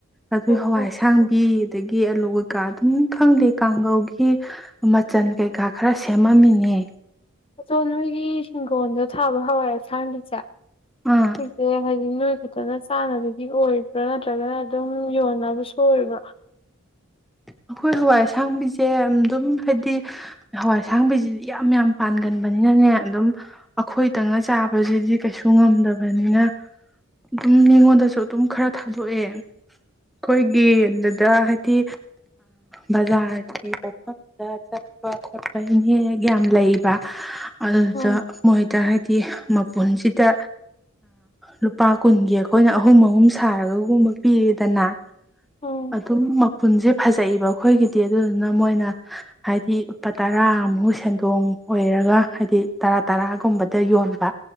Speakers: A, in the centre; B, on the left.
A: ꯑꯗꯨ
B: ꯑꯣ
A: ꯍꯋꯥꯏꯁꯥꯡꯕꯤ
B: ꯑꯣ
A: ꯑꯗꯒꯤ ꯑꯂꯨ ꯀꯩꯀꯥ ꯑꯗꯨꯝ ꯈꯪꯗꯦ ꯀꯥꯡꯒꯧꯒꯤ ꯃꯆꯜ ꯀꯩꯀꯥ ꯈꯔ ꯁꯦꯝꯃꯝꯃꯤꯅꯦ
B: ꯑꯆꯣ ꯅꯣꯏꯒꯤ ꯍꯤꯡꯒꯣꯜꯗ ꯊꯥꯕ ꯍꯋꯥꯏ ꯑꯁꯥꯡꯒꯤꯁꯦ
A: ꯑꯥ
B: ꯍꯗ ꯍꯥꯏ ꯗꯤ ꯅꯣꯏ ꯛꯇꯅ ꯆꯥꯅꯕꯒꯤ ꯑꯣꯏꯕ꯭ꯔꯥ ꯅꯠꯇ꯭ꯔꯒꯅ ꯑꯗꯨꯝ ꯌꯣꯟꯅꯕꯁꯨ ꯑꯣꯏꯕ꯭ꯔꯥ
A: ꯑꯩꯈꯣꯏ ꯍꯋꯥꯏ ꯑꯁꯥꯡꯕꯤꯁꯦ ꯑꯗꯨꯝ ꯍꯥꯏꯗꯤ ꯍꯋꯥꯏ ꯑꯁꯥꯡꯕꯤꯁꯤꯗꯤ ꯌꯥꯝ ꯌꯥꯝ ꯄꯥꯟꯒꯟꯕꯅꯤꯅꯅꯦ ꯑꯗꯨꯝ ꯑꯩꯈꯣꯏꯗꯪꯅ ꯆꯥꯕꯁꯤꯗꯤ ꯀꯩꯁꯨ ꯉꯝꯗꯕꯅꯤꯅ ꯑꯗꯨꯝ ꯃꯤꯉꯣꯟꯗꯁꯨ ꯑꯗꯨꯝ ꯈꯔ ꯊꯥꯗꯣꯛꯑꯦ ꯑꯩꯈꯣꯏꯒꯤ ꯑꯗꯨꯗ ꯍꯥꯏꯗꯤ ꯕꯖꯥꯔꯒꯤ ꯄꯐꯝꯗ ꯆꯠꯄ ꯈꯣꯠꯄ ꯏꯅꯦꯦꯛ ꯌꯥꯝ ꯂꯩꯕ ꯑꯗꯨꯗ
B: ꯎꯝ
A: ꯃꯣꯏꯗ ꯍꯥꯏ ꯃꯄꯨꯟꯁꯤꯗ ꯂꯨꯄꯥ ꯀꯨꯟꯒꯤ ꯑꯩꯈꯣꯏꯅ ꯑꯍꯨꯝ ꯑꯍꯨꯝ ꯁꯥꯔꯒꯒꯨꯝꯕ ꯄꯤꯔꯗꯅ
B: ꯎꯝ
A: ꯑ ꯑꯗꯨ ꯃ ꯄꯨꯟꯖꯞ ꯐꯖꯏꯕ ꯑꯩꯈꯣꯏꯒꯤꯗꯤ ꯑꯗꯨꯗꯨꯅ ꯃꯣꯏꯅ ꯍꯥꯏꯗꯤ ꯂꯨꯄꯥ ꯇꯔꯥꯃꯨꯛ ꯁꯦꯟꯗꯣꯡ ꯑꯣꯏꯔꯒ ꯍꯥꯏꯗꯤ ꯇꯔꯥ ꯇꯔꯥꯒꯨꯝꯕꯗ ꯌꯣꯟꯕ